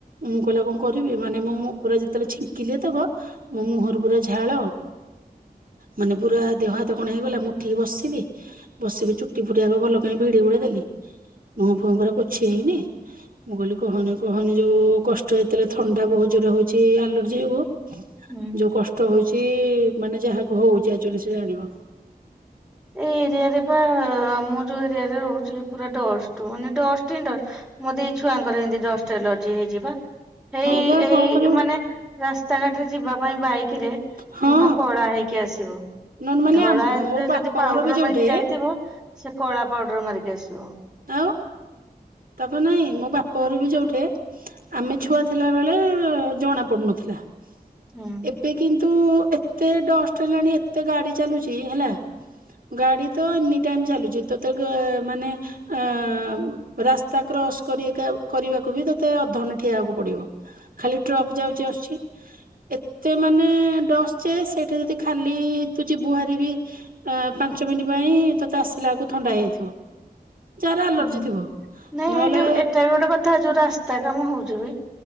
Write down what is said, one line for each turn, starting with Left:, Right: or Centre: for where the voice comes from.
Right: ମୁଁ କହିଲା ଆଉ କଣ କରିବି ମାନେ ମୁଁ ପୁରା ଯେତେବେଳେ ଛିଙ୍କିଲେ ଯେତକ ମୋ ମୁହଁରୁ ପୁରା ଝାଳ। ମାନେ ପୁରା ଦେହ ହାତ କଣ ହେଇଗଲା ମୁଁ ଉଠିକି ବସିଲି। ବସିକି ଚୁଟି ଫୁଟି ଆଗ ଭଲ କ ଭିଡି ଭିଡ ଦେଲି ମୁହଁ ଫୁହଁ ପୁରା ପୋଛି ହେଇନି ମୁଁ କହିଲି କହନି କହନି ଯୋଉ କଷ୍ଟ ହେଇ ଥଣ୍ଡା ବହୁତ ଜୋରେ ହଉ ଚି ଆଲର୍ଜି ଯୋଗୁଁ
Centre: ହୁଁ।
Right: ଯୋଉ କ ଷ୍ଟ ହଉଛି ମାନେ ଯାହାକୁ ହଉଛି ଆକଚୁଆଲି ସେ ଜାଣିବ।
Centre: ଏଇ ଏରିଆ ରେ ବା ଆମ ଯୋଉ ଏରିଆରେ ରହୁଛି ପୁରା ଡଷ୍ଟ ମାନେ ଡ଼ଷ୍ଟ ହି ଡ଼ଷ୍ଟ। ମୋତେ ଏଇ ଛୁଆଙ୍କର ଏମତି ଡ଼ଷ୍ଟ ଏଲର୍ଜି ହେଇଚି ପା ହେଇ
Right: ହଁ ବା
Centre: ଏଇ
Right: କଣ କରିବ
Centre: ମାନେ ରାସ୍ତାଘାଟରେ ଯିବା ପାଇଁ ବାଇକରେ
Right: ହଁ
Centre: ମୁହଁ କଳା ହେଇକି କି ଆସିବ
Right: ନର୍ମାଲି
Centre: ଧଳାରେ
Right: ଆମ ମୋ ବାପ
Centre: ଯଦି ପାଉଡର
Right: ଘର ବି ଯୋଉଠେ
Centre: ମରିକି ଯାଇ ଥିବ ସେ କଳା ପାଉଡର ମାରିକି ଆସିବ।
Right: ଆଉ ତାପରେ ନାଇଁ ମୋ ବାପ ଘର ବି ଯୋଉଠେ ଆମେ
Centre: ହୁଁ
Right: ଛୁଆ ଥିଲା ବେଳେ ଜଣା ପଡ଼ୁନଥିଲା।
Centre: ହୁଁ।
Right: ଏବେ କିନ୍ତୁ ଏତେ ଡଷ୍ଟ ହେଲାଣି ଏତେ ଗାଡି ଚାଲୁଛି ହେଲା। ଗାଡି ତ ଏନି ଟାଇମ ଚାଲୁଛି ତ ତ ମାନେ ଅ ରାସ୍ତା କ୍ରସ୍ କରି ଏକା କରିବାକୁ ବି ତତେ ଅଧେ ଘଣ୍ଟେ ଠିଆ ହେବାକୁ ପଡିବ। ଖାଲି ଟ୍ରକ୍ ଯାଉଛି ଆସୁଛି। ଏତେ ମାନେ ଡଷ୍ଟ ଯେ ସେଇଠି ଯଦି ଖାଲି ତୁ ଯିବୁହାରି ବି ଏ ପାଞ୍ଚ ମିନିଟ ପାଇଁ ତୋତେ ଆସିଲା ବେଳକୁ ଥଣ୍ଡା ହେଇଯାଇଥିବ ଯାହାର ଆଲର୍ଜି
Centre: ହୁଁ
Right: ଥିବ।
Centre: ନାଇଁ
Right: ନହେଲେ
Centre: ଏଇଟା ଏଇଟା ବି ଗୋଟେ କଥା ଯୋଉ ରାସ୍ତା କାମ ହଉଛି ବି